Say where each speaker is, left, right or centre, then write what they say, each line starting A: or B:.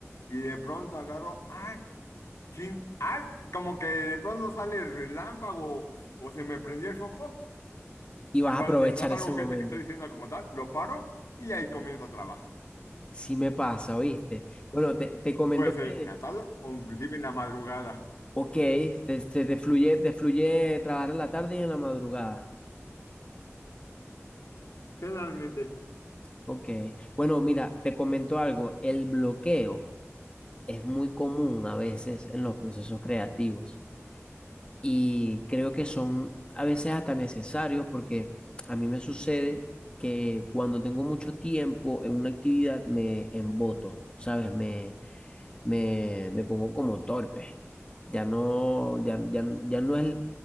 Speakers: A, on the left; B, on the left.
A: y de pronto agarro, ay, sí, ah, como que de pronto sale el relámpago o se me prendió el foco.
B: Y vas
A: Igual,
B: a aprovechar
A: si no es algo
B: ese
A: urgente
B: momento.
A: que estoy diciendo como tal, lo paro y ahí comienzo a trabajar.
B: Sí me pasa, ¿oíste? Bueno, te, te comento
A: Puede ser
B: que,
A: en la tarde o inclusive en la madrugada.
B: ok, te, te, te fluye, te fluye trabajar en la tarde y en la madrugada.
A: Generalmente.
B: Ok. Bueno, mira, te comento algo. El bloqueo es muy común a veces en los procesos creativos. y creo que son a veces hasta necesarios porque a mí me sucede que cuando tengo mucho tiempo en una actividad me emboto, ¿sabes? Me, me, me pongo como torpe. Ya no, ya, ya, ya no es